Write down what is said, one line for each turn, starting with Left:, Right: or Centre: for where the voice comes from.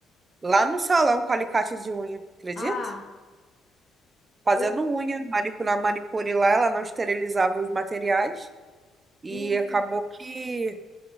Right: Lá no salão com alicate de unha, acredita?
Left: ah,
Right: Fazendo
Left: ô,
Right: unha, manicu- na manicure lá, ela não esterilizava os materiais. E
Left: men-
Right: acabou que